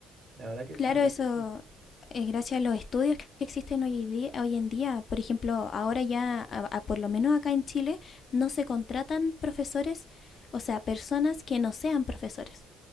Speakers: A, on the right; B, on the left.
A: La verdad que
B: Claro,
A: sí.
B: eso es gracias a los estudios que existen hoy, di- hoy en día. Por ejemplo, ahora ya, a- a- por lo menos acá en Chile, no se contratan profesores, o sea, personas que no sean profesores.